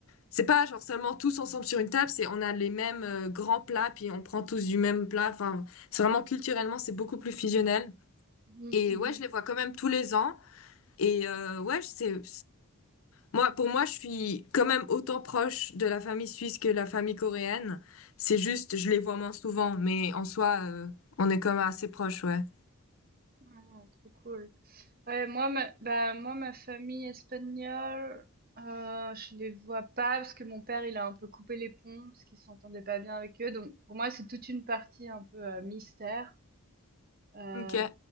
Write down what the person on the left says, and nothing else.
c'est pas genre seulement tous ensemble sur une table, c'est on a les mêmes euh, grands plats puis on prend tous du même plat. Enfin, c'est vraiment culturellement, c'est beaucoup plus fusionnel.
Et
ouais, je les vois quand même tous les ans et euh, ouais, c'est Moi, pour moi, je suis quand même autant proche de la famille suisse que la famille coréenne. C'est juste, je les vois moins souvent, mais en soi, euh, on est quand même assez proches, ouais.
Ok.